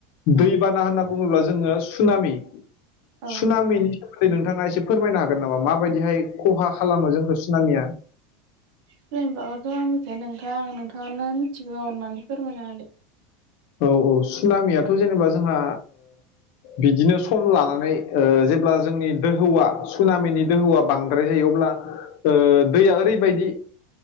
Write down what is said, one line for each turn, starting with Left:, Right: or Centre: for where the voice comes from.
Right: औ
Left: दैबाना होन बुङोब्ला जोङो सामि
Right: औ
Left: सिनि नोंथाङा एसे फोरमायनो हागोन नामा माबायदिहाय खहा खालामो जोंखौ सिनाामिया
Right: <unintelligible> ' आं मिथिया नोंथां नोंथाङानो मिथिगौ होननानै फोरमायना होदे
Left: औ औ सुनामियाथ' जेनेबा जोंहा बिदिनो सम लानानै जेब्ला जोंनि दोहौआ सुनामिनि दोहौआ बांद्राय जायो अब्ला
Right: <inaudible>
Left: ओ दैया ओरैबायदि